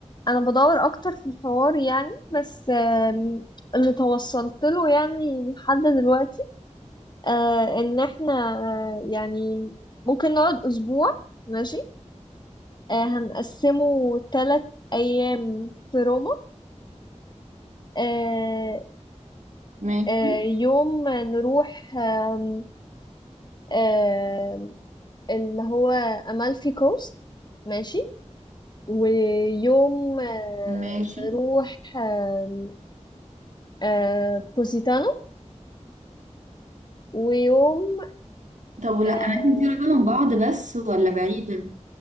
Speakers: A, on the left (about 35°); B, on the right (about 80°).
A: انا بدور اكتر في الحوار يعني بس آم، اللي توصلت له يعني لحد دلوقتي آه ان احنا آه يعني ممكن نقعد اسبوع ماشي آه هنقسمه ثلاث ايام في روما آه
B: ماشي
A: آه يوم نروح آم، آم، اللي هو امالفي كوست ماشي ويوم آه،
B: ماشي
A: نروح آه، آه، بوسيتانو ويوم
B: طب ولا
A: آه،
B: اماكن دي قريبة من بعض بس ولا بعيدة؟